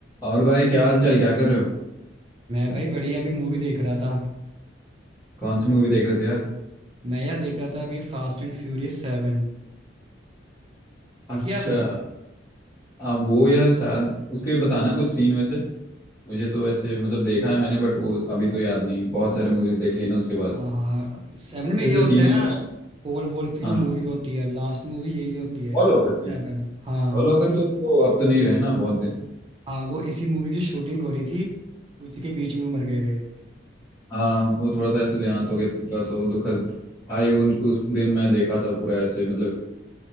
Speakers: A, on the left; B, on the right.
A: और भाई क्या हाल चाल क्या कर रहे हो आजकल
B: मैं भाई बढ़िया अभी मूवी देख रहा था
A: कौन सी मूवी देख रहे थे यार
B: मैं यार देख रहा था अभी फास्ट एंड फ्यूरियस सेवन देखी
A: अच्छा
B: है आपने
A: आप वो यार शायद उसके बताना कुछ सीन वैसे मुझे तो वैसे मतलब देखा है मैंने बट वो अभी तो याद नहीं बहुत सारे मूवीज देख लिए ना उसके बाद
B: हाँ हाँ सेवन में
A: वैसे
B: ये होता
A: सीन
B: है
A: याद
B: ना
A: है
B: पोल वोल्ट की
A: हाँ
B: जो मूवी होती है लास्ट मूवी यही होती है
A: पॉल वॉकर थी
B: सेवन हाँ
A: पॉल वॉकर तो, तो अब तो नहीं रहे ना बहुत दिन
B: हाँ वो इसी मूवी की जो शूटिंग हो रही थी उसी के बीच में वो मर गए थे
A: हाँ वो थोड़ा सा ऐसे देहांत हो गया था उनका, तो वो दुखद भाई उन उस दिन मैं देखा था पूरा ऐसे मतलब